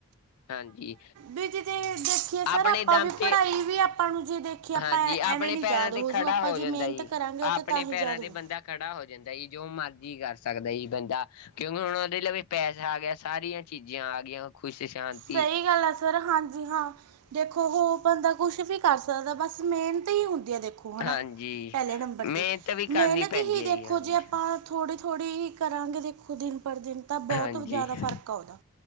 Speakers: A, on the left; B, on the right.
A: ਹਾਂਜੀ।
B: ਵੀ ਜੇ ਦੇਖੀਏ ਸਰ
A: ਆਪਣੇ
B: ਆਪਾਂ
A: ਦਮ
B: ਵੀ
A: ਤੇ
B: ਪੜ੍ਹਾਈ ਵੀ ਆਪਾਂ ਨੂੰ ਜੇ ਦੇਖੀਏ ਆਪਾਂ
A: ਹਾਂਜੀ ਆਪਣੇ
B: ਐਵੇਂ ਨੀ
A: ਪੈਰਾਂ
B: ਯਾਦ
A: ਤੇ
B: ਹੋਜੂ
A: ਖੜਾ
B: ਆਪਾਂ
A: ਹੋ
B: ਜੇ
A: ਜਾਂਦਾ
B: ਮਿਹਨਤ
A: ਜੀ
B: ਕਰਾਂਗੇ ਉਹ
A: ਆਪਣੇ
B: ਤੇ ਤਾਂ ਹੀ
A: ਪੈਰਾਂ
B: ਯਾਦ
A: ਤੇ
B: ਹੋਊ।
A: ਬੰਦਾ ਖੜਾ ਹੋ ਜਾਂਦਾ ਜੀ ਜੋ ਮਰਜ਼ੀ ਕਰ ਸਕਦਾ ਜੀ ਬੰਦਾ। ਕਿਉਂਕਿ ਹੁਣ ਉਹਦੇ ਲਵੇ ਪੈਸਾ ਆ ਗਿਆ ਸਾਰੀਆਂ ਚੀਜ਼ਾਂ ਆ ਗਈਆਂ ਖੁਸ਼ ਸ਼ਾਂਤ
B: ਸਹੀ ਗੱਲ ਹੈ ਸਰ ਹਾਂਜੀ ਹਾਂ। ਦੇਖੋ ਹੋ ਬੰਦਾ ਕੁਛ ਵੀ ਕਰ ਸਕਦਾ ਬਸ ਮਿਹਨਤ ਹੀ ਹੁੰਦੀ ਹੈ ਦੇਖੋ। ਉਹ ਹ ਨਾ
A: ਹਾਂਜੀ
B: ਪਹਿਲੇ ਨੰਬਰ
A: ਮਿਹਨਤ
B: ਤੇ
A: ਵੀ
B: ਮਿਹਨਤ
A: ਕਰਨੀ ਪੈਂਦੀ
B: ਹੀ ਦੇਖੋ
A: ਹੈ
B: ਜੇ
A: ਜੀ
B: ਆਪਾਂ ਥੋੜ੍ਹੀ ਥੋੜ੍ਹੀ ਕਰਾਂਗੇ। ਦੇਖੋ, ਦਿਨ ਪਰ ਦਿਨ। ਤਾਂ
A: ਹਾਂਜੀ
B: ਬਹੁਤ ਜ਼ਿਆਦਾ
A: ਹਾਂਜੀ
B: ਫ਼ਰਕ ਆ ਉਹਦਾ।